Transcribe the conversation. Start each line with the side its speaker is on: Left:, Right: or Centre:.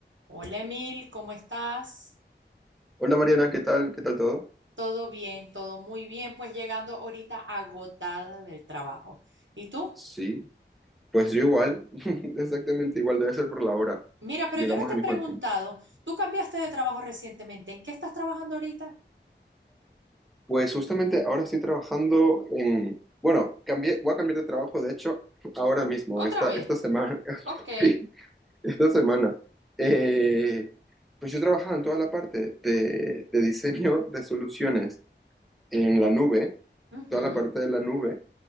Right: Hola Emil, ¿cómo estás?
Centre: Hola Mariana, ¿qué tal? ¿Qué tal todo?
Right: Todo bien, todo muy bien, pues llegando ahorita agotada del trabajo. ¿Y tú?
Centre: Sí, pues yo igual, <laughs> exactamente igual, debe ser por la hora.
Right: Mira, pero
Centre: Llegamos
Right: yo no te
Centre: al
Right: he
Centre: mismo
Right: preguntado,
Centre: tiempo.
Right: tú cambiaste de trabajo recientemente, ¿en qué estás trabajando ahorita?
Centre: Pues justamente ahora estoy trabajando en... Bueno, cambié, voy a cambiar de trabajo, de hecho, ahora mismo,
Right: Otra
Centre: esta,
Right: vez.
Centre: esta semana. <laughs>
Right: Ok.
Centre: Sí, esta semana. Eh, pues yo trabajaba en toda la parte de, de diseño de soluciones en
Right: Mm,
Centre: la nube,
Right: ujú.
Centre: toda la parte de la nube.